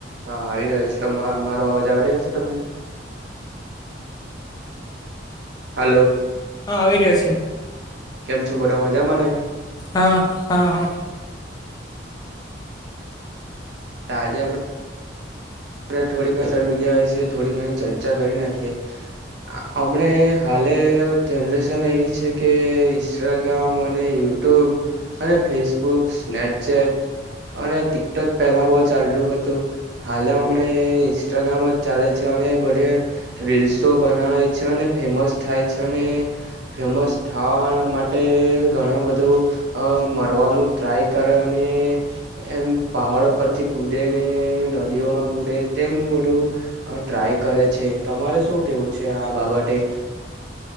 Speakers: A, on the right; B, on the left.
A: હા આવી રહ્યો છે મારો અવાજ આવી રહ્યો છે તમને
B: <inaudible>
A: હાલો
B: હા આવી રહ્યો છે
A: કેમ છો બધા મજા માને
B: હા હા હા
A: ત‌ આજે આપડે આપણે થોડી સોયલ મીડિયા વિશે થોડી ઘ ચર્ચા કરી નાખીએ હમણાં હાલે જનરેશન એવી છે કે ઇન્સ્ટાગ્રામ, અને યુટ્યુબ અને ફેસબુક, સ્નેપચેટ અને ટીકટોક પહેલા બહુ ચાલતું હતું હાલે હમણાં ઇન્સ્ટાગ્રામ જ ચાલે છે અને બધે રીલ્સો બનાવે છે અને ફેમસ થાય છે અને ફેમસ થવા માટે માટે ઘણા બધા મરવાનું ટ્રાય કરે અને એમ પહાડો પરથી કૂદદે ને નદીઓ કૂદે તેમ બધું ટ્રાય કરે છે તમારે શું કેવું છે આ બાબતે